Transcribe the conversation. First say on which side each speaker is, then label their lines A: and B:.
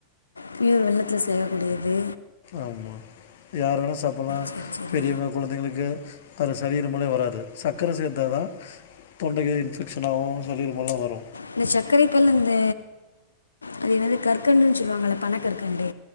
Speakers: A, on the left (about 75°); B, on the left (about 55°).
A: ப்யூர் வெல்லத்தில செய்யக்கூடியது
B: ஆமா யார் வேணா சாப்பில்லா
A: சரி சரி
B: பெரிய்வங் குழந்தைங்களுக்கு அது சளி இருமலு வராது சக்கரை சேர்த்தாதா தொண்டைக்கு இன்ஃபெக்ஷனாவு சளி இரும்பல்லா வரு
A: இந்த சக்கரைப்பல் இந்த அது என்னது கற்கண்டுன் சொல்லுவாங்கள பன கற்கண்டு